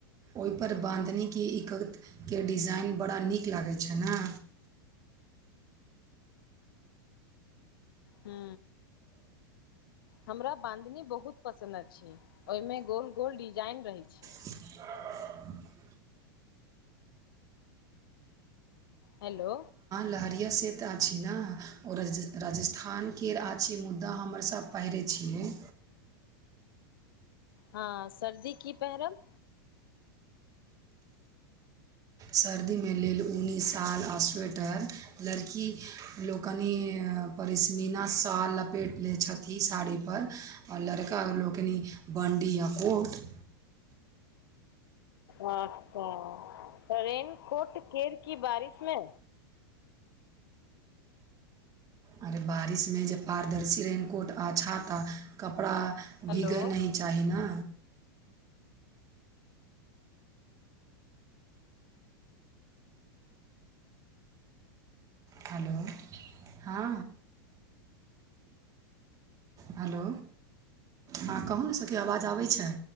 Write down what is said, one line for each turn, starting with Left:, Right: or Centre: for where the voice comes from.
Right: ओहिपर बाँधनीके ईकके डिजाइन बड़ा नीक लागैत छ ने।
Left: हू। हमरा बानधनी बहुत पसन्द अछि, ओहिमे गोल गोल डिजाइन रहैत छै।
Right: <inaudible>
Left: हेलो!
Right: लहेरिया से तऽ अछि, न राजस्थानके अछि, मुद्दा हमर सब पहिरै छियै।
Left: हँ सर्दी की पैहरब
Right: सर्दीमे लेल ऊनी साल आ स्वेटर लड़की लोकनि परिस्मीना सॉल लपेट लैत छथिन इ साड़ी पर आ लड़का लोकनि बंडी या कोट
Left: अच्छा त रेन कोट केर की बारिश मे
Right: अरे बारिश में जे पारदर्शी रेनकोट आ छाता कपड़ा
Left: हेलो
Right: भीगे नहि चाहीना हेलो हँ हेलो हँ कहु ने सखी आवाज आबै छै